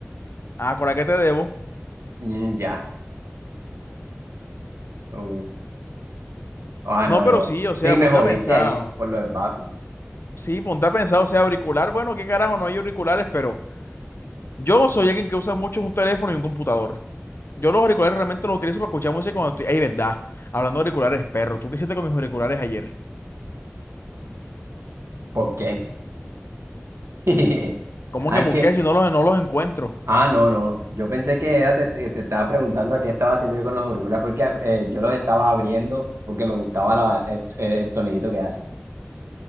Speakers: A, on the left; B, on the right.
A: ah, ¿a qué te debo?
B: Mm, ya. Uh, Ah,
A: No,
B: no,
A: pero
B: no.
A: sí, o sea,
B: Sí, me
A: ponte
B: jodiste
A: a pensar.
B: ahí por lo del bafle.
A: Sí, ponte a pensar, o sea, auricular, bueno, qué carajo, no hay auriculares, pero yo soy alguien que usa mucho un teléfono y un computador. Yo los auriculares realmente los utilizo para escuchar música cuando estoy. Ey, verdad. Hablando de auriculares, perro, ¿tú qué hiciste con mis auriculares ayer?
B: ¿Por qué? <laughs>
A: ¿Cómo
B: Ay,
A: que por
B: que.
A: qué? Si no los, no los encuentro.
B: Ah, no, no. Yo pensé que era, te, te- te estaba preguntando a qué estaba haciendo yo con los auriculares porque eh, yo los estaba abriendo porque me gustaba la- el, el- el sonidito que hacen